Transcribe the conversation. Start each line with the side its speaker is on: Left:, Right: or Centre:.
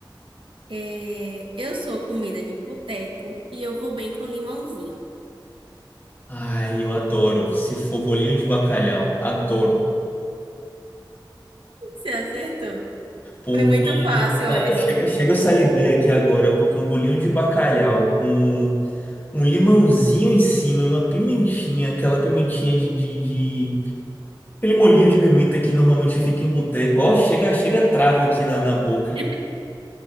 Right: É... Eu sou comida de boteco e eu vou bem com limãozinho.
Left: Ai, eu adoro. Se for bolinho de bacalhau, adoro.
Right: Você acertou.
Left: Um
Right: Foi muito
Left: bolinho-
Right: fácil
Left: ah,
Right: essa.
Left: é, Chega,
Right: você-
Left: chega, eu salivei aqui agora, porque um bolinho de bacalhau com um limãozinho em cima, uma pimentinha, aquela pimentinha de, de, de- Aquele molhinho de pimenta que normalmente fica em boteco. Ó, chega, chega, trava aqui na, na boca.
Right: <laughs>